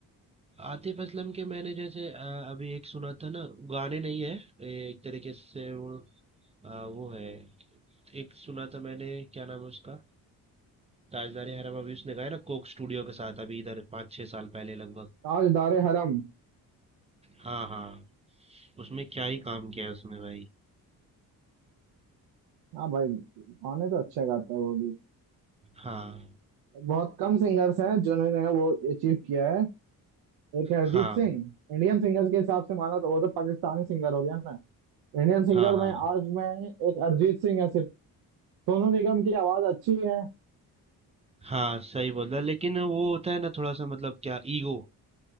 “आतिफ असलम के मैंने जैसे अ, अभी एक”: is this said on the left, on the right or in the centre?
Right